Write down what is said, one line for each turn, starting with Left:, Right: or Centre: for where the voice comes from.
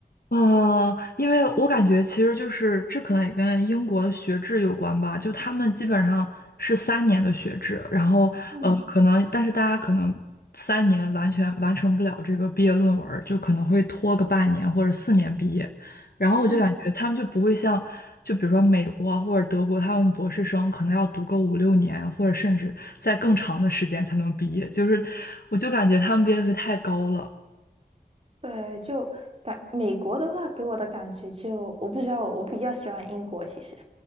Left: 啊，因为我感觉其实就是这可能也跟英国的学制有关吧，就他们基本上是三年的学制，然后呃，
Right: 嗯
Left: 可能但是大家可能三年完全完成不了这个毕业论文儿就可能会拖个半年或者四年毕业，然后我就感觉他们就不会像就比如说美国啊或者德国，
Right: 嗯
Left: 他们博士生可能要读个五六年或者甚至在更长的时间才能毕业，就是我就感觉他们毕业率太高了。
Right: 对，就感美国的话，给我的感觉就我不知道，我比较喜欢英国其实。